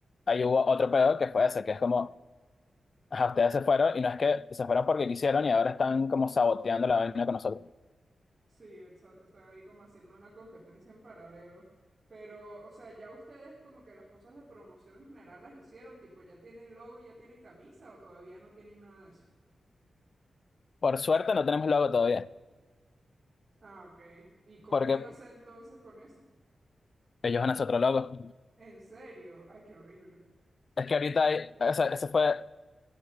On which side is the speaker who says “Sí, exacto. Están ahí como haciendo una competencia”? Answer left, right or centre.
Right